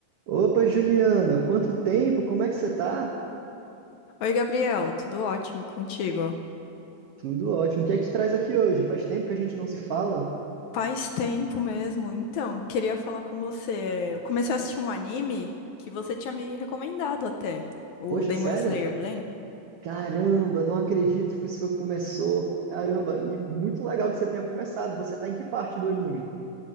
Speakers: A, on the right; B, on the left.
A: Opa, Juliana, quanto tempo? Como é que você tá?
B: Oi, Gabriel, tudo ótimo e contigo?
A: Tudo ótimo. O que é que te traz aqui hoje? Faz tempo que a gente não se fala.
B: Faz tempo mesmo. Então, queria falar com você. Eu comecei a assistir um anime que você tinha me recomendado até, o
A: Poxa,
B: Demon
A: sério?
B: Slayer, lembra?
A: Caramba, não acredito que isso começou. Caramba, e muito legal que você tenha começado. Você tá em que parte do anime?